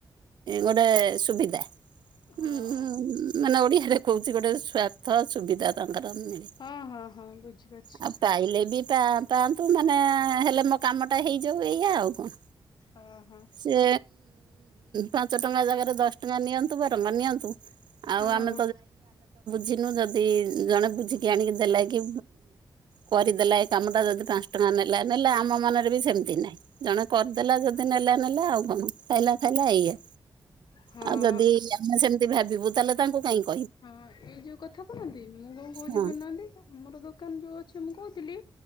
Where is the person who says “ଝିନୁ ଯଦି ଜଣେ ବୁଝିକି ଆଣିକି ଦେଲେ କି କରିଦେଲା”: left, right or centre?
Right